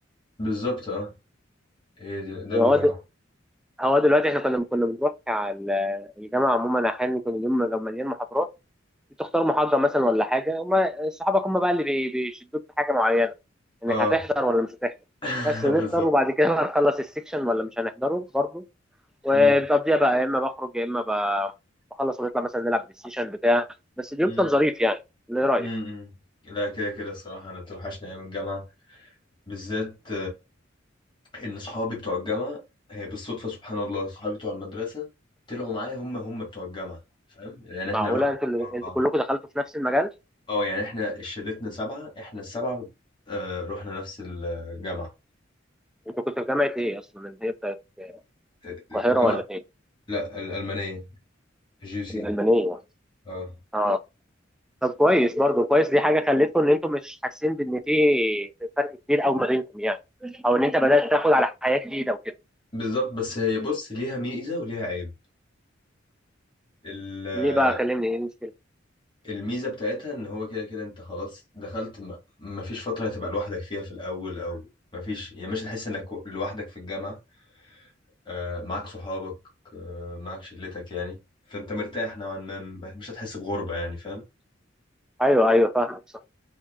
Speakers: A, on the left; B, in the centre.
A: بالظبط اه هي دي- ده
B: هو
A: المهم
B: د- هو دلوقتي احنا كنا كنا بنروح على ال- الجامعه عموما احيانا يكون اليوم لو مليان محاضرات بتختار محاضره مثلا ولا حاجه هم صحابك هم بقى اللي بي- بيشدوك في حاجه معينه انك
A: اه
B: هتحضر ولا مش هتحضر
A: <laughs>
B: بس ونفطر
A: بالظبط
B: وبعد كده بقى نخلص السكشن ولا مش هنحضره برضه وبتقضيها
A: امم
B: بقى يا اما بخرج يا اما ب- بخلص ونطلع مثلا نلعب بلاي ستيشن بتاع بس اليوم
A: امم
B: كان ظريف يعني اللي رايك
A: امم أمم. لا كده كده الصراحة انا بتوحشني ايام الجامعة بالذات ان صحابي بتوع الجامعه آه، بالصدفه سبحان الله صحابي بتوع المدرسه طلعوا معايا هم هم بتوع الجامعه فاهم يعني احنا
B: معقوله
A: رحنا
B: انتوا اللي-
A: مع
B: انتوا
A: بعض.
B: كلكم دخلتوا في نفس المجال
A: اه يعني احنا شلتنا سبعه احنا السبعه آه رحنا نفس الجامعه
B: انت كنت في جامعه ايه اصلا اللي هي بتاعت
A: آه،
B: القاهره
A: الجامعه
B: ولا فين
A: لا الالمانيه جي سي
B: الالمانيه
A: اه
B: اه طب كويس برضو كويس دي حاجه خلتكم ان انتم مش حاسين بان في فرق كبير قوي ما بينكم يعني او ان انت بدات تاخد على حياه جديده وكده
A: بالظبط بس هي بص ليها ميزه وليها عيب ال- آه،
B: ليه بقى كلمني ايه المشكله
A: الميزه بتاعتها ان هو كده كده انت خلاص دخلت ما ما فيش فتره هتبقى لوحدك فيها في الاول او ما فيش يعني مش هتحس انك لوحدك في الجامعه آه، معاك صحابك آه، معاك شلتك يعني فانت مرتاح نوعا ما م- مش هتحس بغربة يعني فاهم
B: ايوه ايوه فاهمك صح